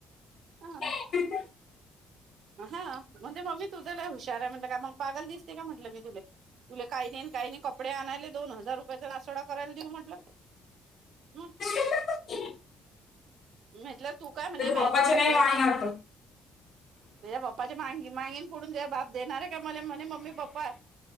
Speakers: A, on the right; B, on the left.
A: हां.
B: <inaudible>
A: हा म्हणजे मम्मी तुझ्याला हुशार आहे म्हटलं का मग पागल दिसते का म्हटलं मी तुला तुले काही नाही काही नाही कपडे आणायले दोन हजार रुपयाचा नासोडा करायला देऊ म्हट ह
B: तर
A: म्हतल तू काम नाही
B: पप्पाचे
A: माझो कपडे
B: नाही मागणार
A: नाहीय
B: तो
A: तझ्या पप्पाच्या मगी मगीण पुडून ज बाप देणार आहे का मला म्हणे मम्मी पप्पा